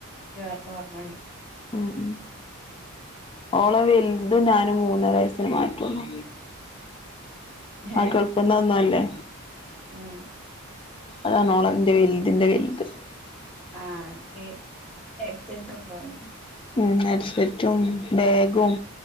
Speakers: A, in the centre; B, on the left.
A: ജോറിണം ഓർമ്മണ്ട്
B: ഉ ഉ ഓള വലുത് ഞാനും മൂന്നര വയസിന് മാറ്റള്ളൂ ആ
A: ഏഹ്
B: ഗൾഫിൽന്ന് വന്നല്ലേ
A: ഉം
B: അതാണോളവിന്റെ വലുതിന്റെ വലുത്
A: ആഹ് എനിക്ക് ഹെഡ്സെറ്റ് കൊണ്ടോന്ന്
B: ഉം ഹെഡ്സെറ്റും ബാഗും